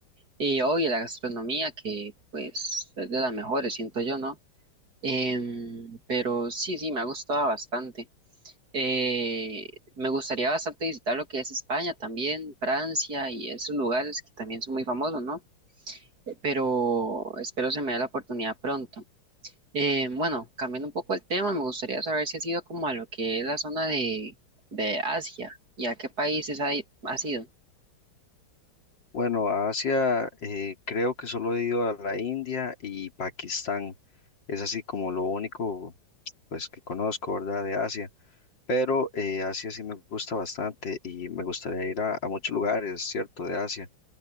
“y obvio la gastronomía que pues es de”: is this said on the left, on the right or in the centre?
Right